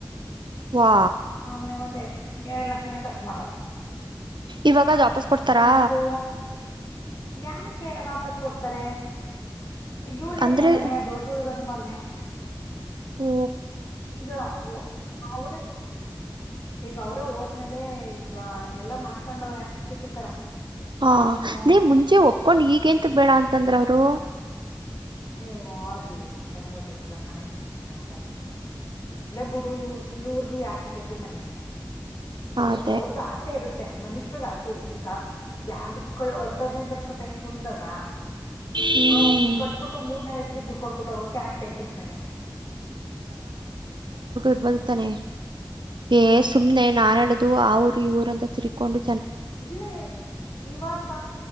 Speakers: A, on the right; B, on the left.
A: ವಾ
B: ಹಾ ಮನೆಗ್ ಒಂದ ಎಐಡ್ ಲಕ್ಷ ಎರಡ್ ಲಕ್ಷನೇ ಖರ್ಚು ಮಾಡವ್ರ
A: ಇವಾಗ ಅದು ವಾಪಸ್ ಕೊಡ್ತಾರಾ
B: ಸಿಂಕೋ ಯನಕ್ಕೆ ವಾಪಸ್ ಕೊಡ್ತಾರೆ ಈಗ ಇವ್ರಗೆ
A: ಅಂದ್ರೆ
B: ಅಲ್ವಾ ಮನೆಯ ದೋಸದ ದೊಡ್ ಉಮರ್ಗೆ
A: ಹ್ಮ
B: ಈಗ ಅವರ ಈಗ ಅವರ ಹೋದ ಆ್ಮೇಲೆ ಈಗ ಎಲ್ಲಾ ಮಾಡ್ಕೊಂಡವ್ರೆ ಸಿಟ್ಟಿ ತರ
A: ಹಾ
B: ವಾಶ್ರೂಮು
A: ನೀ್ ಮುಂಚೆ ಒಪ್ಕೊಂಡ್ ಈಗಂತ ಬೇಡ ಅಂತಂದ್ರ ಅವರು
B: ಅಯ್ಯೋ ಆದ್ರ ನು ಅಂತಾನೆ ಗೊತ್ತಾಯ್ತಿಿಲ್ಲ ಕಾಣದಿ ಏನ್ ಅಂತಾನೆ ಅಲ್ಲೇ ಬಿುಡು ಇ ಇವ್ರಗು ಯಾಕ್ ಬೇಕು ಮನೆ
A: ಅದೇ
B: ಇವ ಅವ್ರ್ದು ಆಸೆ ಇರುತ್ತ ಮನುಷ್ಯಗೆಲ್ಲ ಈಗ ಯಾರ್ದ ಕ ಹದ ಹದಿನೈದು ಲಕ್ಷ ರೂಪಾಯಿ ಕುೊಂಡದತ್ತಾ
A: ಹ್ಮ್
B: ಹ ಮೂರ್ನ ವ್ಯಕ್ತಿಗ್ ಬಿಡ್ಕೊಳ್ಬಿಟ್ಟ ಹೋಗಕಕ್ಕೆ ಹಾಕ್ಬೇಕುನೆ
A: ಇಬದುತ್ತಾನೆ ಏ ಸುಮ್ನೆ ನಾನನ್ ಹೇಳದು ಆ ಊರು ಇ ಊರ ಅಂತ ತಿರಿಕೊಂಡು
B: ಇಲ್ಲ ಇವಾಗ